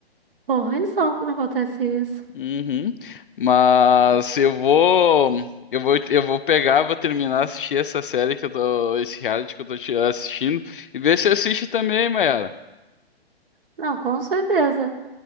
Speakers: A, on the right; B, on the left.
A: Porra, ruimzão quando acontece isso.
B: Uhum. Mas eu vou, eu vou, eu vou pegar, vou terminar assistir essa série que eu tô, esse reality que eu tô te- assistindo e ver se assiste também, Mayara.
A: Não, com certeza.